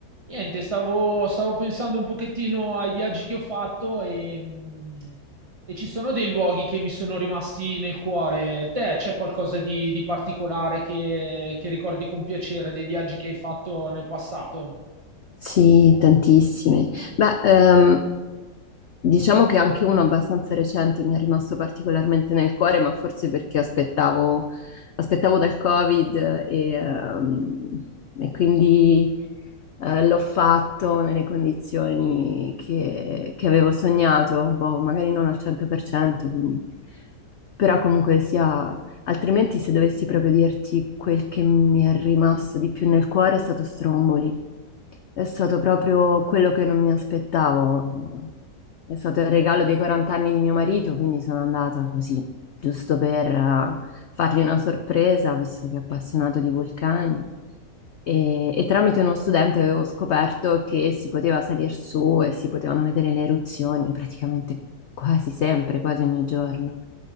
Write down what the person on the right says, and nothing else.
Niente, stavo, stavo pensando un pochettino ai viaggi che ho fatto e, mh, e ci sono dei luoghi che mi sono rimasti nel cuore. Te c'è qualcosa di, di particolare che, che ricordi con piacere dei viaggi che hai fatto nel passato?